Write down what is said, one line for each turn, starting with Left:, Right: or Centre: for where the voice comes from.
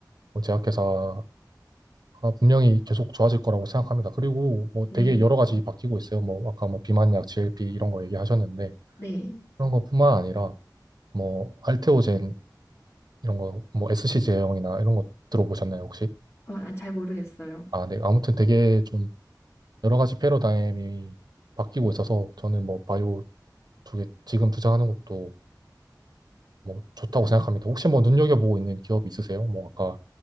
Right: 뭐 제약회사 아, 분명히 계속 좋아질 거라고 생각합니다. 그리고 뭐
Left: 네,
Right: 되게 여러 가지 바뀌고 있어요. 뭐 아까 뭐 비만약, GLP 이런 거 얘기하셨는데
Left: 네.
Right: 그런 것뿐만 아니라 뭐 알테오젠 이런 거 뭐 SC 제형이나 이런 거 들어보셨나요, 혹시?
Left: 어, 아, 잘 모르겠어요.
Right: 아, 네. 아무튼 되게 좀 여러 가지 패러다임이 바뀌고 있어서 저는 뭐 바이오 쪽에 지금 투자하는 것도 뭐 좋다고 생각합니다. 혹시 뭐 눈여겨보고 있는 기업이 있으세요? 뭐 아까